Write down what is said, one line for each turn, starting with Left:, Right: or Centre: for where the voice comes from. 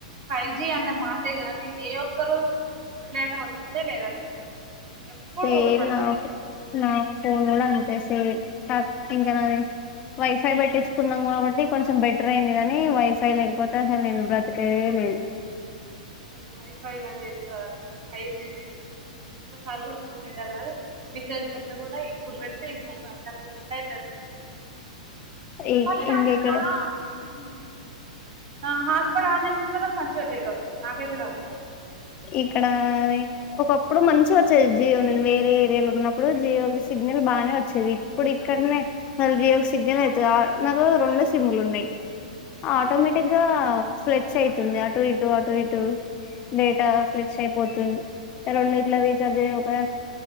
Right: ఫైవ్ జీ అన్న మాటే గాని ఏ ఒక్క రోజు ఫుల్ డేట వ వచ్చిందే లేదు అసలు ఎప్పుడు
Left: సైడ్
Right: సగం
Left: లా ఆఫై నా ఫోన్ గడా అంతే సేమ్ కాక్ ఇంకా న వైఫై పెట్టించుకున్నాం కాబట్టి, కొంచెం బెటర్ అయింది కానీ వైఫై లేకపోతే అసలు నేను బ్రతకేదే లేదు
Right: అసలు వైఫై అది ఏం కాదు నాది ఫైవ్ జి డేట ఒకసారి కూడా ఫుల్ డేటా రాదు మెసేజ్ పెడితే కూడా ఇప్పుడు పెడితే ఒక అర్ధకూర్చుంటే <unintelligible>
Left: ఈ ఇంక ఇక్కడ
Right: నా హాస్ట్పాట్ ఆన్ జెస్ పిల్లలకు మంచిగా డేటా వస్తది నాకైతే రాదు.
Left: ఇక్కడ అదే ఒకప్పుడు మంచి వచ్చేది జియో వేరే ఏరియాలో ఉన్నప్పుడు జియోకి సిగ్నల్ బానే వచ్చేది ఇప్పుడు ఇక్కడనే జియోకి సిగ్నల్ అయత నాకు రెండు సిమ్లు ఉన్నాయి ఆటోమేటిక్గా
Right: ఆహా
Left: ఫ్లెచ్ అయితుంది అటు ఇటు అటు ఇటుూ నే ఫ్లెచ్ అయిపోతుంది రెండు ఇట్ల రీచార్జ్ అయ ఒకద